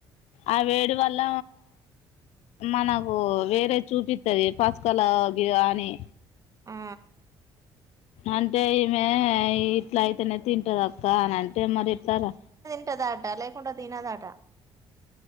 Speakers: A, on the left; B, on the right.
A: ఆ వేడి వల్ల మనకు వేరే చూపిస్తుది పసుకల అని
B: ఆ
A: అంటే ఈమె ఇట్లా అయితేనే తింటది అక్క. కానంటే మరి ఇస్తారా
B: ఇట్టా దాట లేకుంటె తీనా దాటా